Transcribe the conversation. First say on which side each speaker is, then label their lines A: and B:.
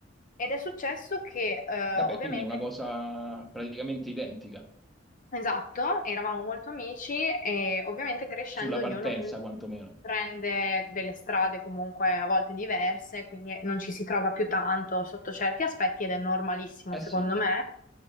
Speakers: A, on the left; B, in the centre.
A: ed è successo che eh,
B: Vabbè,
A: ovviamente
B: quindi è una cosa praticamente identica,
A: Esatto, eravamo molto amici e ovviamente crescendo
B: sulla
A: ognuno
B: partenza
A: poi
B: quantomeno.
A: prende delle strade comunque a volte diverse, quindi non ci si trova più tanto sotto certi aspetti ed è normalissimo
B: Eh
A: secondo
B: sì,
A: me.